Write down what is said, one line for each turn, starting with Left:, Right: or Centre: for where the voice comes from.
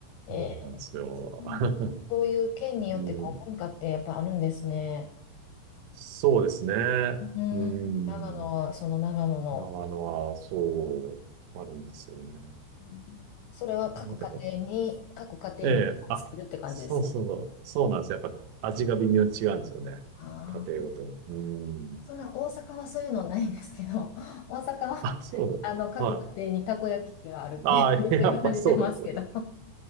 Left: ー、
Right: そうなんですよ。
Left: えーうんそういう県によってこう文化ってやっぱあるんですね。
Right: <laughs> うん、そうですね。
Left: うん、
Right: うん。
Left: 長野はその長野の、
Right: 長野は、そう、あるんですよね。
Left: うんそれは各家庭に、
Right: やっぱ
Left: 各家庭皆さんつけるって感じですね。
Right: ええ、あ、そうそうそう、そうなんですよ。やっぱ味が微妙に違うんですよね。
Left: ああ、
Right: 家庭ごとに。うん。
Left: そんな大阪はそういうのないんですけど、大阪は
Right: あ、そうだ。
Left: <laughs> あの各家庭にたこ焼き器があるってよく言われてますけど。
Right: はい。ああ、<laughs> やっぱそうなんですよね。